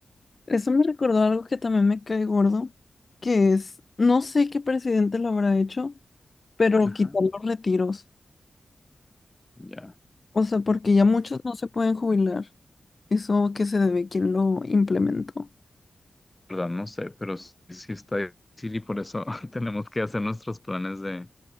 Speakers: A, on the left (about 35°); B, on the left (about 15°).
A: Eso me recordó algo que también me cae gordo, que es, no sé qué presidente lo habrá hecho, pero
B: Ajá,
A: quitar los retiros.
B: ya.
A: O sea, porque ya muchos no se pueden jubilar. Eso que se debe quién lo implementó.
B: verdad no sé, pero sí, sí está difícil y por eso <laughs> tenemos que hacer nuestros planes de,